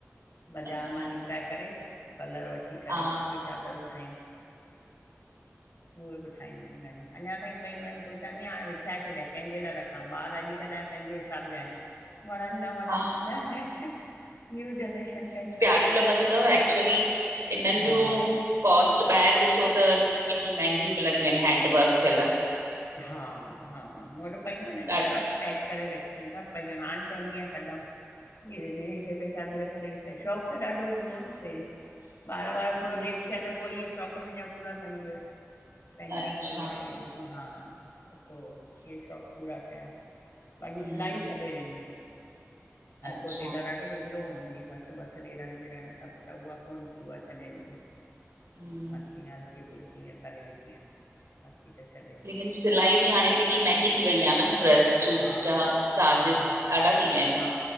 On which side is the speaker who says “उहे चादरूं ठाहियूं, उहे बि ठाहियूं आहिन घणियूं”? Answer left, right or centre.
Left